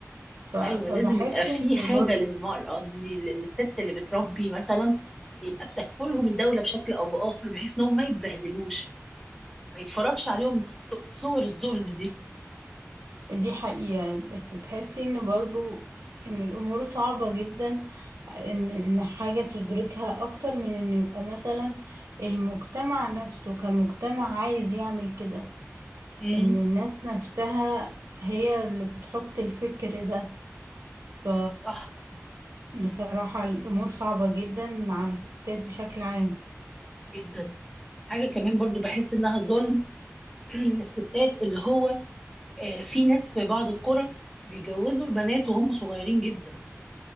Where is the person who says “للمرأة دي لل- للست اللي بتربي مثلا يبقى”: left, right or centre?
Centre